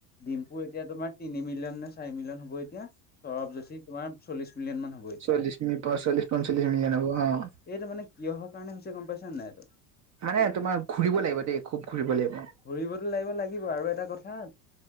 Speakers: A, on the left; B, on the right.
A: ডিম্পু এতিয়া তোমাৰ তিনি মিলিয়ন নে চাৰি মিলিয়ন হ'ব এতিয়া শৰব যোশী তোমাৰ চল্লিছ মিলিয়ন মান হ'ব এতিয়া।
B: <unintelligible> পৰা চল্লিশ-পঞ্চল্লিশ মিলিয়ন হ'ব। অ'হ।
A: এইটো মানে কিহৰ কাৰণে হৈছে, গম পাইছা নে নাই এইটো
B: মানে তোমাৰ ঘূৰিব লাগিব দেই। খুব ঘূৰিব লাগিব।
A: ঘূৰিবতো লাগিব। লাগিব। আৰু এটা কথা